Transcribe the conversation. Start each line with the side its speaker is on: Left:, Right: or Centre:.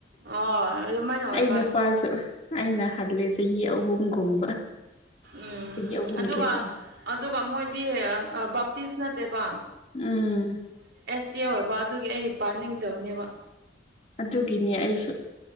Right: ꯍꯣꯏ ꯑꯗꯨꯃꯥꯏꯅ ꯑꯣꯏꯕ
Left: ꯑꯩ ꯅꯨꯄꯥꯁꯨ ꯑꯩꯅ ꯍꯜꯂꯦ ꯆꯍꯤ ꯑꯍꯨꯝꯒꯨꯝꯕ
Right: ꯎꯝ
Left: ꯆꯍꯤ ꯑꯍꯨꯝ
Right: ꯑꯗꯨꯒ
Left: ꯈꯦꯠꯅꯩ
Right: ꯑꯗꯨꯒ ꯃꯣꯏꯗꯤ ꯕꯥꯞꯇꯤꯁ ꯅꯠꯇꯦꯕ
Left: ꯑꯥ
Right: ꯏꯆꯦ ꯑꯣꯏꯕ ꯑꯗꯨꯒꯤ ꯑꯩ ꯄꯥꯅꯤꯡꯗꯕꯅꯦꯕ
Left: ꯑꯗꯨꯒꯤꯅꯦ ꯑꯩꯁꯨ